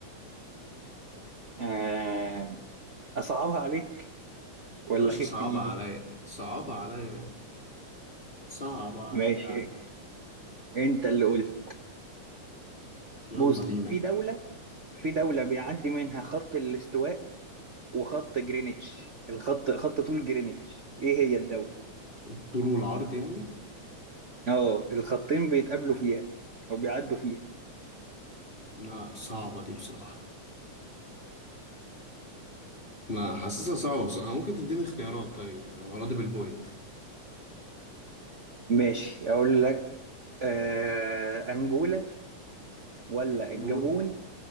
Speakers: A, on the right; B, on the left.
A: آه، اصعبها عليك ولا
B: يا باشا
A: خف
B: صعبة
A: في ايدي
B: عليا صعبة عليا صعبة عليا
A: ماشي
B: عادي
A: انت اللي قلت
B: يلا
A: بص
B: بينا
A: في دولة في دولة بيعدي منها خط الاستواء وخط جرينتش الخط خط طول جرينتش ايه هي الدولة
B: الطول والعرض يعني
A: اه الخطين بيتقابلوا فيها او بيعدوا فيها
B: لا صعبة دي بصراحة لا حاسسها صعبة بصراحة ممكن تديني اختيارات طيب يعني أنا راضي بالبوينت
A: ماشي اقول لك آه، أنجولا ولا
B: أنجولا
A: الجابون